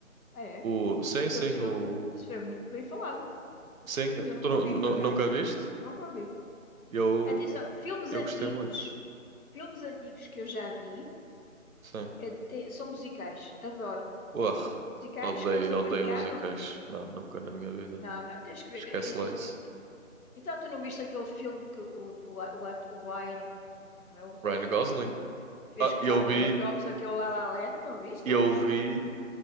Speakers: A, on the left; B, on the right.
A: Ah, é?
B: O,
A: Esse,
B: sim,
A: fi- esse
B: sim,
A: filme,
B: o,
A: esse filme é muito bem falado,
B: Sim,
A: mas eu nunca
B: tu nu-
A: o vi,
B: nu-
A: por acaso.
B: nunca viste?
A: Nunca o vi.
B: Eu,
A: Atenção, filmes
B: eu
A: antigos,
B: gostei muito.
A: filmes antigos que eu já vi,
B: Sim.
A: eh, te- são musicais. Adoro.
B: Uar,
A: Musicais
B: odeio,
A: com sapateado.
B: odeio musicais. Não, nunca na minha vida.
A: Não, não, tens que ver.
B: Esquece
A: E-
B: lá
A: e-
B: isso.
A: e- Então, tu não viste aquele filme que o, o, o, ato- o Ryan não é o Go-
B: Ryan Gosling?
A: não, que fez
B: Ah, eu
A: lá com
B: vi,
A: a Emma Thompson, que é o La La Land, não viste?
B: eu vi